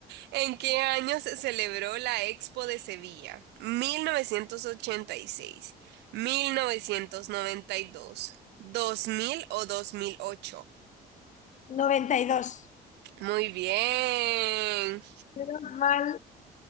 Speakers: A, on the right; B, on the left.
A: ¿En qué año se celebró la Expo de Sevilla? ¿1986, 1992, 2000 o 2008?
B: <laughs> 92.
A: Muy bien.
B: Menos mal.